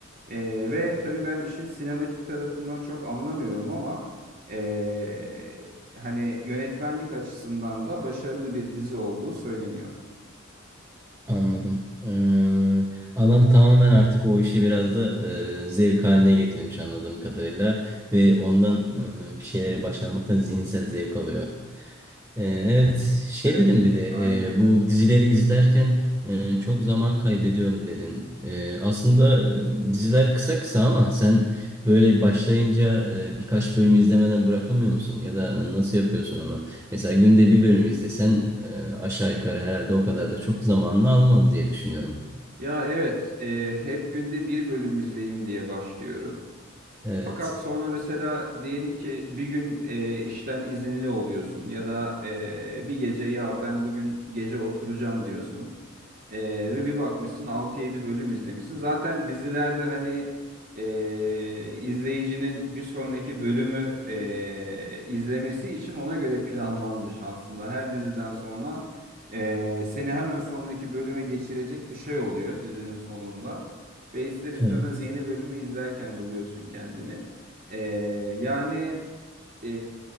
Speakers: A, on the right; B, on the right.
A: E, ve tabii ben işin sinematik tarafından çok anlamıyorum ama e, hani yönetmenlik açısından da başarılı bir dizi olduğu söyleniyor.
B: Anladım. Ee, adam tamamen artık o işi biraz da e, zevk haline getirmiş anladığım kadarıyla ve ondan e, bir şeyleri başarmaktan zihinsel zevk alıyor. Ee, Evet, şey
A: Evet,
B: dedim bir de
A: aynen öyle.
B: e, bu dizileri izlerken e, çok zaman kaybediyorum dedin. E, aslında e, diziler kısa kısa ama sen böyle başlayınca e, birkaç bölümü izlemeden bırakamıyor musun? Ya da nasıl yapıyorsun onu? Mesela günde bir bölüm izlesen e, aşağı yukarı herhalde o kadar da çok zamanını almaz diye düşünüyorum.
A: Ya evet, e, hep günde bir bölüm izleyeyim diye başlıyorum.
B: Evet,
A: Fakat sonra mesela diyelim ki bir gün e, işten izinli oluyorsun ya da e, bir gece ya ben bugün gece oturacağım diyorsun. E, ve bir bakmışsın altı yedi bölüm izlemişsin. Zaten dizilerde hani e, izleyicinin bir sonraki bölümü e, izlemesi için ona göre planlanmış aslında. Her diziden sonra e, seni hemen sonraki bölüme geçirecek bir şey oluyor dizinin sonunda. Ve ister istemez
B: evet.
A: yeni bölümü izlerken buluyorsun kendini. Ee, yani e,